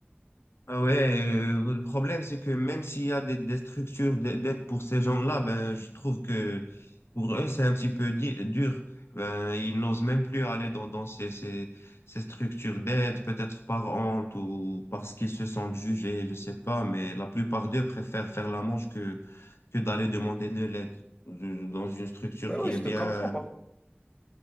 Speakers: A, on the left (about 85°); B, on the left (about 20°).
A: Ah ouais, euh, le problème, c'est que même s'il y a des, des structures d'a- d'aide pour ces gens-là, ben, je trouve que pour eux, c'est un petit peu di- dur. Ben, ils n'osent même plus aller dans, dans ces, ces, ces structures d'aide, peut-être par honte ou parce qu'ils se sentent jugés, je sais pas, mais la plupart d'eux préfèrent faire la manche que, que d'aller demander de l'aide euh, dans une structure
B: Oui,
A: qui
B: oui,
A: est
B: je
A: bien
B: te comprends.